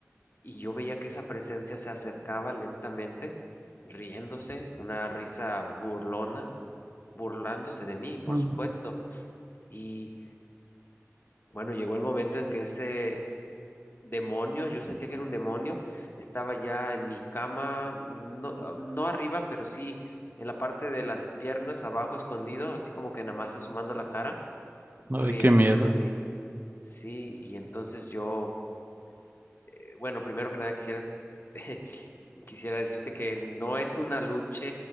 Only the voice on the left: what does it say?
Y yo veía que esa presencia se acercaba lentamente, riéndose, una risa burlona burlándose de mí, por
supuesto. Y bueno, llegó el momento en que ese demonio, yo sentía que era un demonio, estaba ya en mi cama, no, ah, no arriba, pero sí en la parte de las piernas, abajo, escondido, así como que nada más asomando la cara,
riéndose
de mí. Sí, y entonces yo, eh, bueno, primero que nada quisiera, <laughs> quisiera decirte que no es una lucha